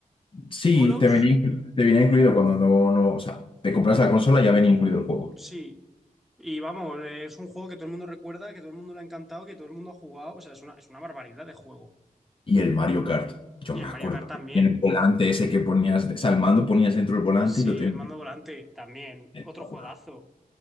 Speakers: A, on the left; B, in the centre.
A: Sí,
B: bolos.
A: te venía, inclu- te venía incluido cuando no, no, o sea, te compras la consola, ya venía incluido el juego.
B: Sí, Y vamos, es un juego que todo el mundo recuerda, que todo el mundo le ha encantado, que todo el mundo ha jugado. O sea, es una, es una barbaridad de juego.
A: Y el Mario Kart. Yo
B: Y
A: me
B: el Mario
A: acuerdo
B: Kart también.
A: que en el volante ese que ponías, o sea, el mando ponías dentro del volante
B: Sí,
A: y lo tenías.
B: el mando volante también.
A: <laughs>
B: Otro juegazo.